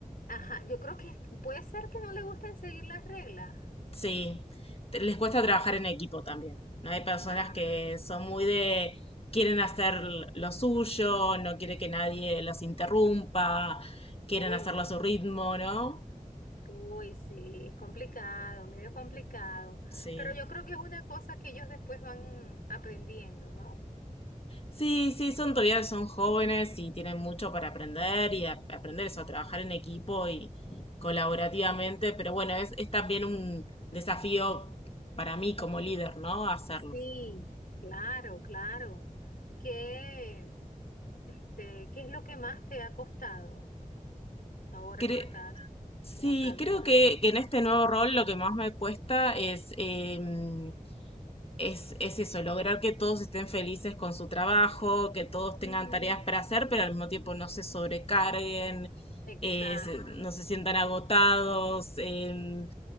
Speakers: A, on the left (about 85°); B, on the left (about 40°).
A: Ajá, yo creo que puede ser que no le gusten seguir las reglas.
B: sí, te- les cuesta trabajar en equipo también, ¿no? Hay personas
A: Ah,
B: que son muy de, quieren hacer lo suyo, no quiere que nadie los interrumpa, quieren
A: uy,
B: hacerlo a su ritmo, ¿no?
A: uy, sí, es complicado, medio complicado.
B: Sí.
A: Pero yo creo que es una cosa que ellos después van aprendiendo, ¿no?
B: Sí, sí, son todavía son jóvenes y tienen mucho para aprender y a- aprender eso, a trabajar en equipo y colaborativamente, pero bueno, es, es también un desafío para mí como líder, ¿no? Hacerlo.
A: Sí, claro, claro. ¿Qué, este, qué es lo que más te ha costado ahora
B: Cre-
A: que estás
B: sí,
A: como tal
B: creo
A: coordinando?
B: que, que en este nuevo rol lo que más me cuesta es em, es, es eso, lograr que todos estén felices con su trabajo, que todos tengan
A: Ujú,
B: tareas para hacer, pero al mismo tiempo no se sobrecarguen,
A: Exacto,
B: eh, se- no se sientan agotados. em,